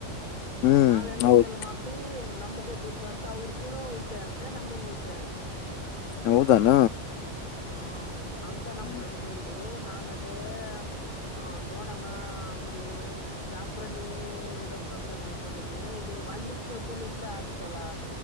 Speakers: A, on the left (about 85°); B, on the left (about 40°).
A: ಹ್ಮ್
B: ನಾವು ಹೆಂಗ್
A: ಹೌದ್
B: ಸೇಲ್ ಮಾಡ್ತಿವಿ ನಮಗೂ ದುಡ್ಡು ಅಂತ ಅವ್ರಿಗನು ಉಳಿತಾಯಂತೆ ನಮಗ ಉಳಿತಾಯಂತೆ
A: ಹೌದಾನ
B: ಹ್ಮ ಅಂತ ನಮ
A: ಹ್ಮ್.
B: ಫ್ರೆಂಡ್ ಹೇಳಿದ್ರು ನಾನ್ ಅದೇ ಹ ನೋಡೋಣ ಅಂಗಡಿ ಶ್ಯಾಪ್ರಲ್ಲಿ ಇಡ್ಬೇಕಂತ ತಿಳ್ಕೊಂಡಿದ್ದೆ ಇಲ್ಲಿ ವಾಲ್ಮೀಕ ಚೌಕಲ್ ಇಟ್ರ ಆಗ್ತಲ್ಲಾ